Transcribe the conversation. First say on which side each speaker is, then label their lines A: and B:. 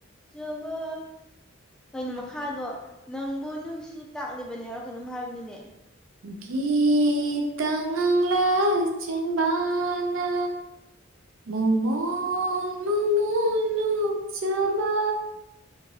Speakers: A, in the centre; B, on the right.
A: ꯆꯕ ꯀꯩꯅꯣ ꯃꯈꯥꯗꯣ ꯅꯪꯕꯨ ꯅꯨꯡꯁꯤ ꯇꯥꯛꯂꯤꯕꯅꯦ ꯍꯥꯏꯕꯔꯣ ꯀꯩꯅꯣꯝ ꯍꯥꯏꯕꯅꯤꯅꯦ
B: ꯒꯤꯇꯪꯪꯂ ꯂ ꯆꯤꯟꯕꯥꯅ ꯃꯣꯃꯣꯟꯣꯟ ꯃꯣꯃꯣꯟ ꯂꯨꯞꯆꯕ